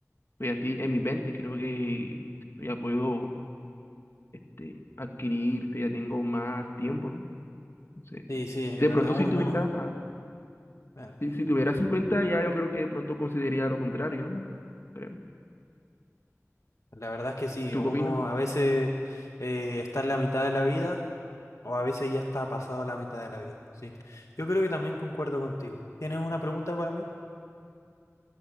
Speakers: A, on the left; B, on the left.
A: estoy aquí en mis veinte creo que ya puedo este, adquirir, ya tengo más tiempo, ¿no? Entonces,
B: Sí, sí, es
A: de
B: verdad,
A: pronto
B: uno,
A: si tuviera
B: uno, claro,
A: Si, si tuviera cincuenta ya yo creo que de pronto consideraría lo contrario, ¿no? Creo.
B: la verdad es que sí,
A: ¿Tú
B: uno
A: qué opinas?
B: a veces eh, está en la mitad de la vida o a veces ya está pasado la mitad de la vida, sí. Yo creo que también concuerdo contigo. ¿Tienes una pregunta para mí?